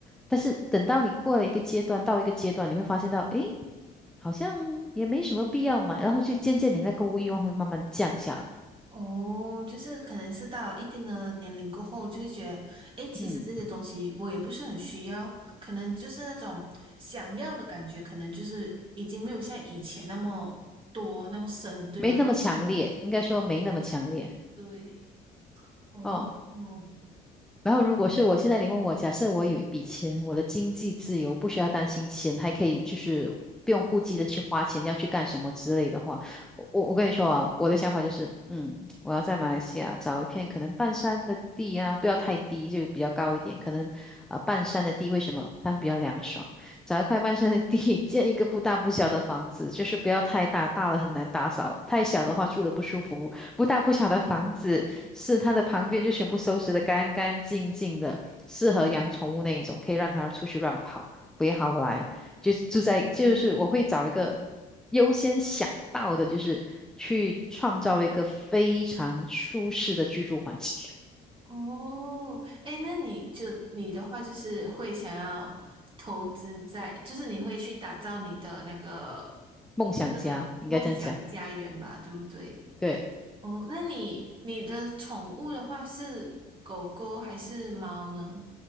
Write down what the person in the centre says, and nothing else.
但是等到你过了一个阶段，到一个阶段，你会发现到，诶。好像也没什么必要买，然后就渐渐你那购物欲望会慢慢降下来，
嗯，
没那么强烈，应该说没那么强烈。
哦。
然后，如果是我现在你问我，假设我有一笔钱，我的经济自由，不需要担心钱，还可以就是不用顾忌的去花钱，要去干什么之类的话，我我我跟你说啊，我的想法就是，嗯，我要在马来西亚找一片可能半山的地啊，不要太低，就比较高一点，可能啊、呃半山的地为什么它会比较凉爽？找一块半山的地，<laughs> 建一个不大不小的房子，就是不要太大，大了很难打扫，太小的话住了不舒服，不大不小的房子。是它的旁边就全部收拾的干干净净的，适合养宠物那一种，可以让它出去乱跑，不会好来。就住在，就是我会找一个
优先想到的，就是去创造一个非常舒适的居住环境，
梦想家应该这样讲。
对，